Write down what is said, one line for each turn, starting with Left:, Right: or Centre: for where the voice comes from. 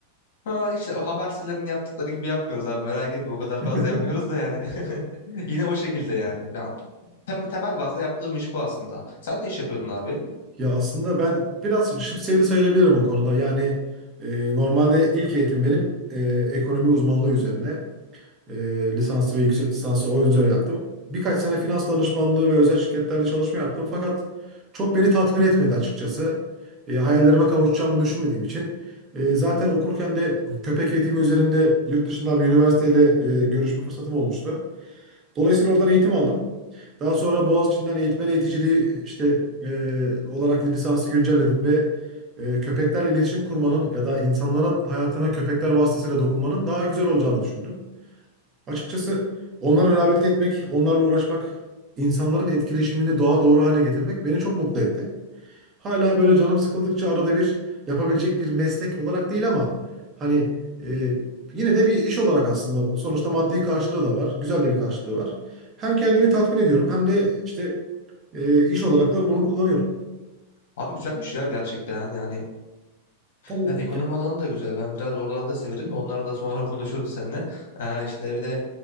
Left: Ha işte o haber sitelerinin yaptıkları gibi yapmıyoruz abi merak etme o kadar
Right: <laughs>
Left: fazla yapmıyoruz da yani. <laughs> Yine o şekilde yani. Ya, tem- temel bazda yaptığım iş bu aslında. Sen ne iş yapıyordun abi?
Right: Ya aslında ben biraz şıp sevdi sayılabilirim o konuda. Yani e, normalde ilk eğitim benim e, ekonomi uzmanlığı üzerine. E, lisansı ve yüksek lisansı oyuncular yaptım. Birkaç sene finans danışmanlığı ve özel şirketlerde çalışma yaptım. Fakat çok beni tatmin etmedi açıkçası. E, hayallerime kavuşacağımı düşünmediğim için. E, zaten okurken de köpek eğitimi üzerinde yurt dışından bir üniversiteyle e, görüşme fırsatım olmuştu. Dolayısıyla oradan eğitim aldım. Daha sonra Boğaziçi'nden eğitmen eğiticiliği işte e, olarak lisansı güncelledim ve e, köpeklerle iletişim kurmanın ya da insanlara hayatına köpekler vasıtasıyla dokunmanın daha güzel olacağını düşündüm. Açıkçası onları rehabilite etmek, onlarla uğraşmak, insanların etkileşimini daha doğru hale getirmek beni çok mutlu etti. Hala böyle canım sıkıldıkça arada bir yapabilecek bir meslek olarak değil ama hani e, yine de bir iş olarak aslında bu. sonuçta maddi karşılığı da var. Güzel de bir karşılığı var. Hem kendimi tatmin ediyorum hem de işte e, iş olarak da bunu kullanıyorum.
Left: Abi güzelmiş ya gerçekten yani
Right: Tabii
Left: yani ekonomi alanı da güzel. Ben biraz oralarda da severim de onları da sonra <laughs> konuşuruz seninle. Ee, işte bir de